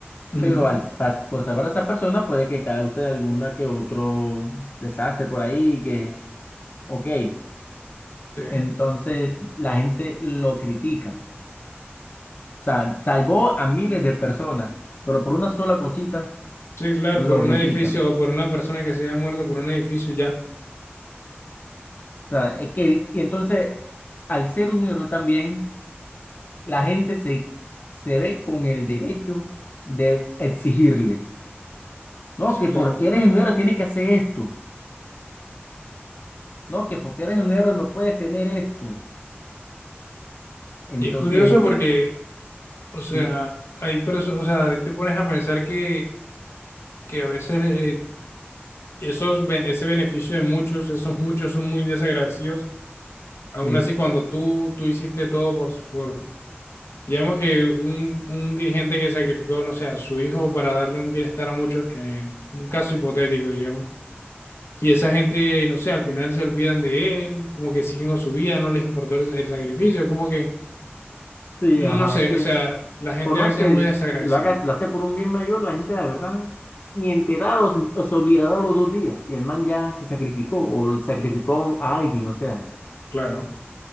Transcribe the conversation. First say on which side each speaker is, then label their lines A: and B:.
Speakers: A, on the left; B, on the left.
A: ujú,
B: pero al, pas- por salvar a esa persona puede que cause alguna que otro desastre por ahí, que, ok,
A: sí.
B: entonces la gente lo critica. O sea, salvó a miles de personas, pero por una sola cosita
A: Sí, claro,
B: lo
A: por un
B: critica.
A: edificio o por una persona que se haya muerto por un edificio, ya,
B: O sea, es que, y entonces, al ser un héroe también, la gente se, se ve con el derecho de exigirle, no,
A: pues,
B: que
A: claro.
B: porque eres un héroe tienes que hacer esto, no, que porque eres un héroe no puedes tener esto. Entonces,
A: Y es curioso porque, o sea,
B: sí,
A: hay perso- o sea, ahí te pones a pensar que, que a veces eh, esos, ben- ese beneficio de muchos, esos muchos son muy desagradecidos. Aún
B: sí,
A: así, cuando tú, tú hiciste todo por, por, digamos que un, un dirigente que sacrificó, no sé, a su hijo para darle un bienestar a muchos, que un caso hipotético, digamos. Y esa gente, no sé, al final se olvidan de él, como que siguen con su vida, no les importó el, el sacrificio, es como que,
B: Sí,
A: no
B: ajá,
A: sé,
B: es que
A: o sea, la gente
B: Por más
A: a veces
B: que
A: es muy
B: el-
A: desagradecida,
B: lo hagas, lo hace por un bien mayor, la gente, la verdad, ni enterado, se, o se olvidará los dos días. Y el man ya se sacrificó, o sacrificó a alguien, o sea.
A: claro.